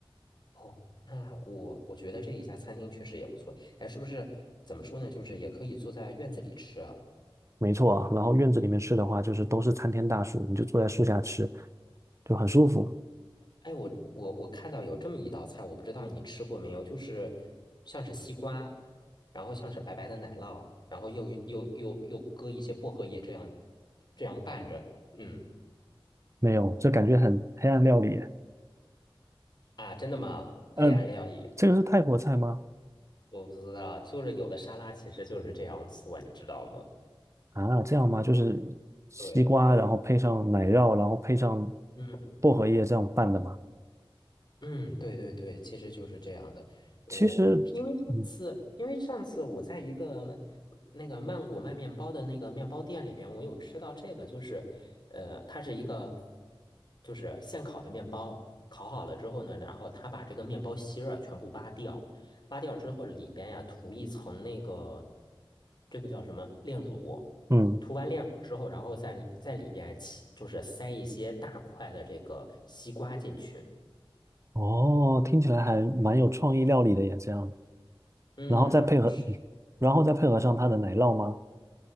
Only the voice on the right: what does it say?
没错啊。然后院子里面吃的话，就是都是参天大树，你就坐在树下吃，就很舒服。
没有，这感觉很黑暗料理耶
嗯，这个是泰国菜吗？
啊，这样吗？就是西瓜，
然后配上奶酪，然后配上
薄荷叶这样拌的吗？
其实，嗯
嗯，
哦，听起来还蛮有创意料理的耶，这样，
然后再配合，
然后再配合上它的奶酪吗？